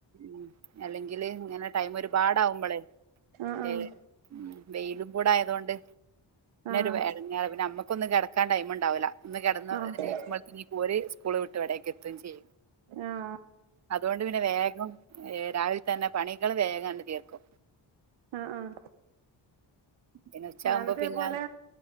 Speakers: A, on the right; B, on the right.
A: ഉം അല്ലെങ്കില് ഇങ്ങനെ ടൈമ ഒരുപാട ആവുമ്പോളേ
B: ആഹ്
A: ഏഹ് ഉം വെയിലും കൂട ആയതോണ്ട് പിന്നെ
B: ആഹ്
A: ഒരു ഇടങ്ങറ പിന്നെ നമ്മുക്കൊന്ന കിടക്കാൻ ടൈം ഉണ്ടാവില്ല ഒന്ന് കിടന്ന്ക്ക്
B: ആഹ് ആഹ്
A: പോഴത്ത ഒരു സ്കൂള് വിട്ടു വിടെക്ക എത്തും ചെയ്യും
B: ആഹ്
A: അതുകൊണ്ട് പിന്നെ വേഗം രാവിലെ തന്നെ പണികൾ വേഗണ്ട് തീർക്കും
B: ആഹ് ആഹ്
A: പിന്നെ ഉച്ചയാകുമ്പോ
B: ഞാനതേ
A: പിന്നെ
B: പോലെ
A: ആ-